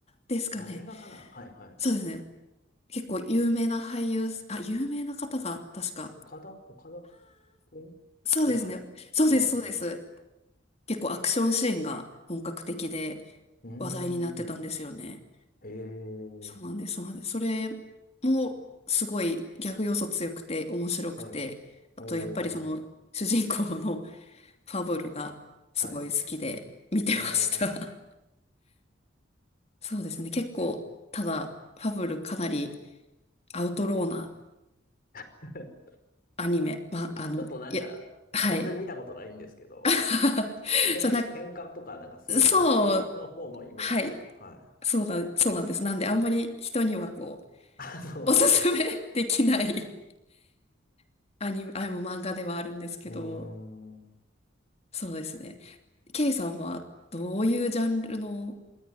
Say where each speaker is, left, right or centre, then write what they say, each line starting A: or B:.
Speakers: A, on the left (about 35°); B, on the left (about 50°).
A: ですかね。
B: あ、映画かなはいはい。
A: そうですね。結構有名な俳優、あ、有名な方が確か。
B: 岡田岡田君ですかね。
A: そうですね。そうです、
B: うんうん。
A: そうです。結構アクションシーンが本格的で
B: うー
A: 話題になってたんですよね。
B: ん。ええ
A: そうなんです、
B: ー。
A: そうなんです。それもすごいギャグ要素強くて面白くて、
B: はい。
A: あとやっぱりその主人公の
B: おー。
A: <laughs> ファブルがすごい好きで見てました。
B: はい。なるほど。
A: <laughs> そうですね。結構、ただファブルかなりアウトローな
B: <laughs>
A: アニメ。
B: うんちょっとなんか、
A: まあ、あの、いや、はい。
B: 全然見たことないんですけど、
A: <laughs>
B: けん、
A: そうな、
B: 喧嘩とか、なんかそ、
A: そう、
B: そっちの方のイメージが。
A: はい。
B: はい。
A: そうだ、そうなんです。なんであんまり人にはこ
B: あ、そうですね。
A: う、<laughs> おすすめできない <laughs> アニメ、あ、もう漫画ではあるんですけど、
B: うーん、
A: そうですね。ケイさんはどういうジャンルの